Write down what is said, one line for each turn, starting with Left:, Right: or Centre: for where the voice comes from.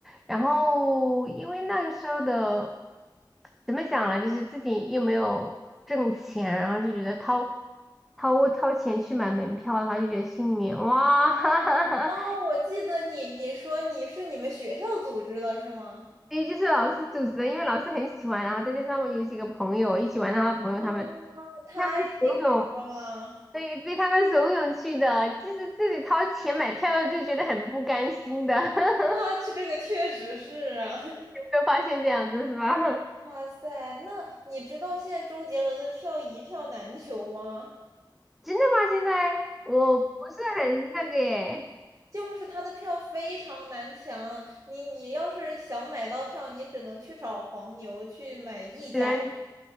Centre: 然后因为那个时候的怎么讲呢，就是自己又没有挣钱，然后就觉得掏掏掏钱去买门票的话，就觉得心里面哇，<laughs> 哈哈哈。
Right: 哦，我记得你，你说你是你们学校组织的是吗？
Centre: 因为就是老师组织的，因为老师很喜欢，然后再加上有几个朋友一起玩，然后朋友他们
Right: 啊，太
Centre: 他们游泳。
Right: 行了吧！
Centre: 对，对他们怂恿去的，就是自己掏钱买票的就觉得很不甘心的。
Right: 啊，
Centre: <laughs>
Right: 这这个确实是啊。
Centre: 有没有发现这样子是吧？<laughs>
Right: 哇塞，那你知道现在周杰伦的票一票难求吗？
Centre: 真的吗？现在我不是很那个耶，
Right: 就是他的票非常难抢，你你要是想买到票，你只能去找黄牛去买溢价，
Centre: 原来